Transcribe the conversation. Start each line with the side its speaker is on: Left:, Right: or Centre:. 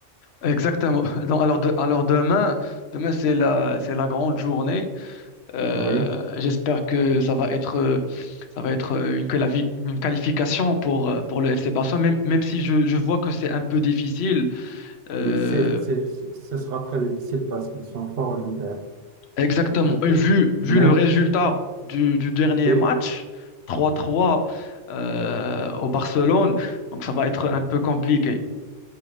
Left: exactement. <laughs> Donc, alors de- alors demain, demain c'est la c'est la grande journée. Euh,
Right: Oui,
Left: j'espère que ça va être, euh, ça va être euh, une, qualifi- une qualification pour, euh, pour le FC Barcelone, même, même si je, je vois que c'est un peu difficile. Euh,
Right: oui, c'est, c'est, c'est- ce sera très difficile parce qu'ils sont forts, l'Inter.
Left: exactement.
Right: Ils sont Très
Left: Et
Right: forts.
Left: vu, vu
Right: Même,
Left: le résultat du, du dernier
Right: oui.
Left: match, 3-3 euh, au Barcelone, donc ça va être un peu compliqué.